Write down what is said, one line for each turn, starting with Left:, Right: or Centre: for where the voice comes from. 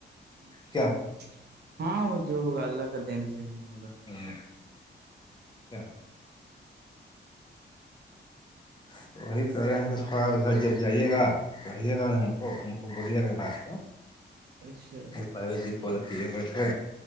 Right: اچھا
Left: کیا
Right: ہاں وہ جو ہوگا اللہ کا دین صحی نہیں ہوگا
Left: ج <inaudible> کیاچھ <inaudible> تو وہی کر رہے ہیں تو تھوڑا ادھر جب جائیے گا <inaudible> کہیے گا نا ہم کو ان کو بولیے گا باس کو <inaudible>
Right: اچھا
Left: بائیو جی کال کیے ہوئے تھے